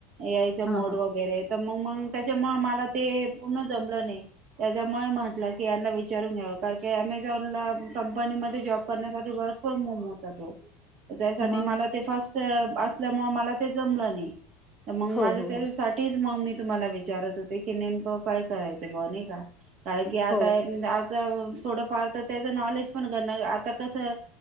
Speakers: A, on the right; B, on the left.
A: ए आयच
B: हां
A: मोद
B: हां
A: वगैरे आहेत. मग मंग त्याच्या मुळ मला ते पूर्ण जमलं नाही त्याच्या मुळे म्हटलं की यांना विचारून घ्यावं कारण की अमेझॉनला कंपनीमध्ये जॉब करण्यासाठी वर्क फ्रॉम होम होता तो. त्यासाठी
B: मग
A: मला ते फर्स्ट असल्यामुळे मला ते जमलं नाही. मग
B: हो
A: माझं
B: हो
A: त्याच्यासाठीच
B: हो
A: मग मी तुम्हाला विचारत होते की कि नेमकं काय करायचं बुआ नाही का कारण की आता-आता
B: हो
A: थोडंफार तर त्याचं नॉलेज पण करण आता कसं